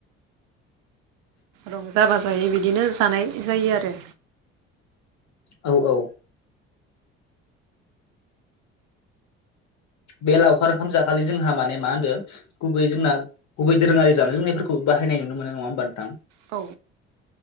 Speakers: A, on the right (about 65°); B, on the left (about 55°).
A: रंजा बाजायै बिदिनो जानाय जायो आरो
B: औ औ बे लावखार ओंखाम जाखालि जोंहा माने मा होनदो गुबै जोंना गुबै दोरोङारि जानाय लोंनायफोरखौ बाहायनाय नुनो मोनो नङा होमबा नोंथां
A: औ